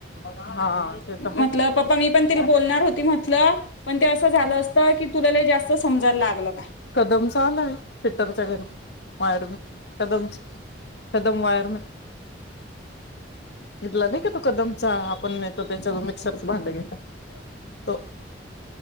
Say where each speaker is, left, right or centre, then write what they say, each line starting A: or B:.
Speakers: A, on the left; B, on the left.
A: हा ते
B: म्हटलं
A: तर
B: पप्पा मी पण ति
A: आहे.
B: बोलणार होती म्हटलं पण ते असं झालं असत. की तुला जास्त समजायला लागलं.. का
A: कदमच आलाय फिटरच्या घरी वायरमन कदम... कदम वायरमन घेतला नाही का तो कदमचा आपण तो त्याच्यातून मिक्सरच भांड घेतलं... तो